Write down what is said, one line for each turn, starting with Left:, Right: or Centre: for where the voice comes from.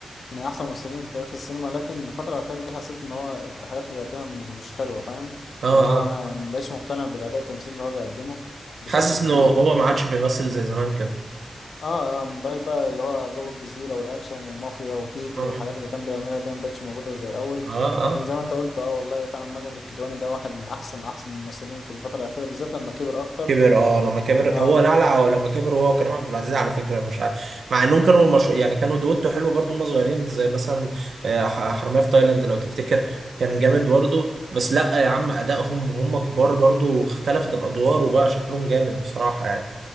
Left: من أحسن الممثلين في تاريخ السينما لكن الفترة الأخيرة دي حسيت إن هو الحاجات اللي بيقدمها م- مش حلوة فاهم
Right: آه
Left: اللي هو
Right: آه
Left: أنا مبقاش مقتنع بالأداء التمثيلي اللي هو بيقدمه بشكل
Right: حاسس
Left: كبير
Right: إنه هو ما عادش بيمثل زي زمان كده
Left: اه آه، مبقاش بقى اللي هو جو الجزيرة والأكشن والمافيا وتيتو
Right: آه
Left: والحاجات اللي كان بيعملها دي مبقتش موجودة زي الأول
Right: آه
Left: لكن زي ما أنت قلت اه والله فعلا ماجد الكدواني ده واحد من أحسن أحسن الممثلين في الفترة الأخيرة بالذات لما كبر أكتر
Right: كبر اه لما
Left: يعني
Right: كبر
Left: اه
Right: هو لعلع هو لما كبر هو وكريم عبد العزيز على فكره مش عارف مع انهم كانوا مش... يعني كانوا دويتو حلو برضو هم صغيرين زي مثلا آه، ح- حرامية في تايلاند لو تفتكر كان جامد برضو بس لا يا عم ادائهم وهم كبار برضو اختلفت الادوار وبقى شكلهم جامد بصراحه يعني